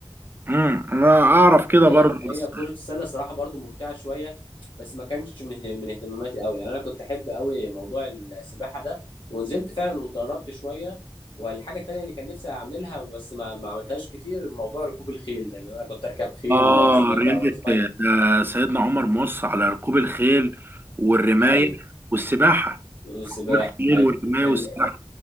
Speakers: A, on the right; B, on the left.
A: امم انا اعرف كده
B: هي
A: برضو
B: هي
A: بس
B: كرة السلة صراحة برضو ممتعة شوية بس ما كانش من من اهتماماتي قوي يعني انا كنت احب قوي موضوع السباحة ده ونزلت فعلا واتدربت شوية والحاجة التانية اللي كان نفسي اعملها بس ما ما عملتهاش كتير موضوع ركوب الخيل ده لان انا كنت اركب خيل
A: اه
B: زمان
A: رياضه
B: بقى وانا صغير
A: آه، سيدنا عمر مص على ركوب الخيل والرمايه
B: ايوه
A: والسباحه
B: والسباحة
A: ركوب الخيل
B: ايوه
A: والرمايه
B: ال-
A: والسباحه